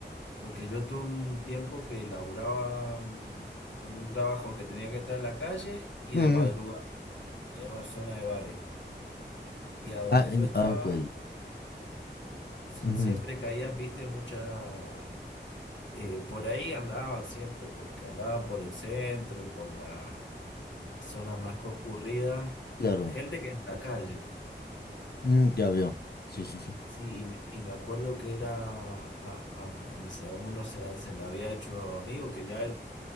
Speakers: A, on the left; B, on the left.
A: porque yo tuve un tiempo que laburaba mm, en un trabajo que tenía que estar en la calle y
B: <laughs> Ujú.
A: de madrugada, y en una zona de bares, y a donde
B: Ah, y-
A: yo estaba,
B: ah, ok.
A: si-
B: Ujú,
A: siempre caían, viste, muchas Eh, por ahí andaban siempre, porque andaban por el centro y por las zonas más concurridas,
B: Claro,
A: gente que en la calle.
B: Mm, ya veo. Sí, sí, sí.
A: Sí, y me, y me acuerdo que era, a, a- me- se- uno se, se me había hecho amigo, que ya era